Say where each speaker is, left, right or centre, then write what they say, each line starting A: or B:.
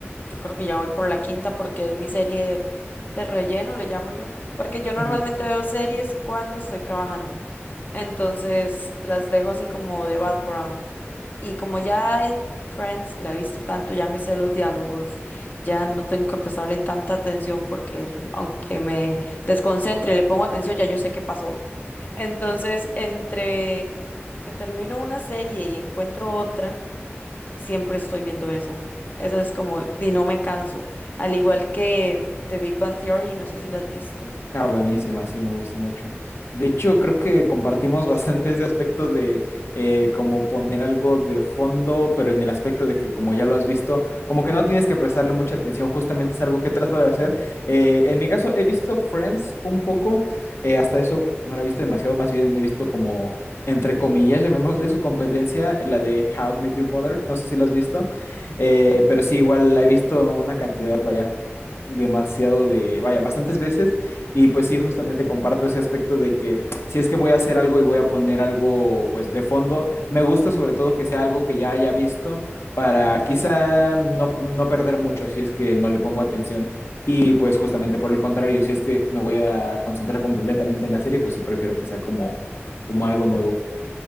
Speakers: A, on the left (about 40°); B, on the left (about 65°).
A: Yo creo que ya voy por la quinta porque es mi serie de relleno, le llamo yo. Porque yo normalmente
B: <laughs>
A: veo series cuando estoy trabajando. Entonces las dejo así como de background. Y como ya en Friends la he visto tanto, ya me sé los diálogos, ya no tengo que prestarle tanta atención porque aunque me desconcentre, le pongo atención, ya yo sé qué pasó. Entonces, entre que termino una serie y encuentro otra, siempre estoy viendo esa. Esa es como, y no me canso. Al igual que The Big Bang Theory, no sé si la has visto.
B: Ah, buenísima, sí, me gusta mucho. De hecho, creo que compartimos <laughs> bastante ese aspecto de eh, como poner algo de fondo, pero en el aspecto de que como ya lo has visto, como que no tienes que prestarle mucha atención, justamente es algo que <laughs> trato de hacer.
A: Ujú,
B: Eh, en mi caso, he visto Friends un poco, eh, hasta eso no la he visto demasiado, más bien he visto como, entre comillas, llamémosle su competencia, la de How I Met Your Mother, no sé si la has visto, eh, pero sí, igual la he visto una cantidad, vaya demasiado de, vaya, bastantes veces. Y pues sí, justamente comparto ese aspecto de que si es que voy a hacer algo y voy a poner algo pues de fondo, me gusta sobre todo que sea algo que ya haya visto para
A: ujú.
B: quizá no, no perder mucho si es que no le pongo atención. Y pues justamente por el contrario, si es que me voy a concentrar completamente en la serie, pues sí prefiero que sea como, como algo nuevo.